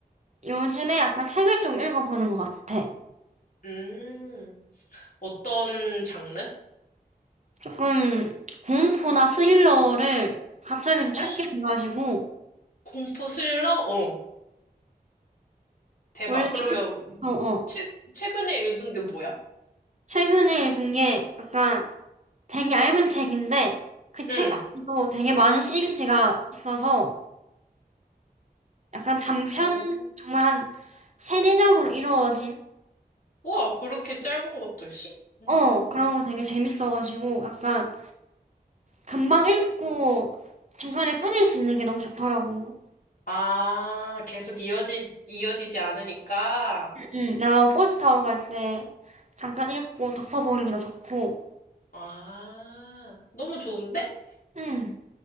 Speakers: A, on the right; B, on the left.
A: 요즘에 약간 책을 좀 읽어보는 것 같아.
B: 음, 어떤 장르?
A: 조금 공포나 스릴러를 갑자기 좀 찾게
B: 어,
A: 돼가지고
B: 공포 스릴러? 어, 대박.
A: 원래
B: 그러면
A: 어, 어.
B: 최, 최근에 읽은 게 뭐야?
A: 최근에 읽은 게 약간 되게 얇은 책인데 그
B: 응.
A: 책 안에도 되게 많은 시리즈가 있어서 약간 단편
B: 오.
A: 정말 한 세네 장으로 이루어진
B: 우와, 그렇게 짧은 것도 있어? 음.
A: 어 그런 거 되게 재밌어가지고 약간 금방 읽고 중간에 끊을 수 있는 게 너무 좋더라고.
B: 아, 계속 이어지, 이어지지 않으니까.
A: 응, 내가 버스 타고 갈 때 잠깐 읽고 덮어버리기도 좋고.
B: 아, 너무 좋은데?
A: 응.